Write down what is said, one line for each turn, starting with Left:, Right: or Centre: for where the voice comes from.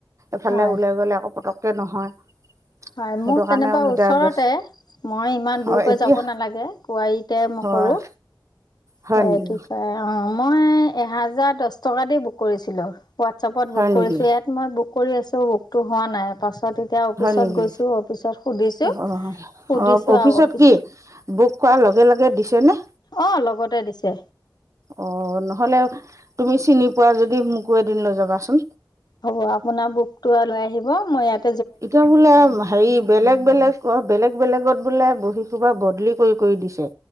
Right: এফালে
Left: হয়
Right: ওলাই গ'লে আকৌ পতককে নহয়।
Left: হয়
Right: সেইটো
Left: মোৰ জেনিবা
Right: কাৰণে এতিয়া
Left: ওচৰতে।
Right: গেছ
Left: মই ইমান দূৰ
Right: অঁ
Left: পে
Right: এতিয়া
Left: যাব নালাগে কোৱাৰীতে মই‌
Right: হয়
Left: কৰোঁ।
Right: হয়
Left: হেয়া
Right: নেকি
Left: কি কয় অ মই এহেজাৰ দছ টকা দি বুক কৰিছিলো। হোৱাটছআপত
Right: হয়
Left: বুক
Right: নেকি
Left: কৰিছোঁ ইয়াত মই বুক কৰি আছোঁ বুকটো হোৱা নাই পাছত এতিয়া অফিচ
Right: হয়
Left: - ছত
Right: নেকি
Left: গৈছো অফিছত সুধিছো
Right: অঁ
Left: সুধিছো
Right: অঁ অফিচত
Left: আও অফিছ
Right: কি বুক কৰাৰ লগে লগেই দিছে নে?
Left: অ' লগতে দিছে।
Right: অ' নহ'লে তুমি চিনি পোৱা যদি মোকো এদিন লৈ যাবাচোন।
Left: হ'ব আপোনাৰ বুকটো লৈ আহিব মই ইয়াত -
Right: এতিয়া বোলে হেৰি বেলেগ বেলেগ - অ' বেলেগ বেলেগত বোলে বহীসোপা বদলি কৰি কৰি দিছে।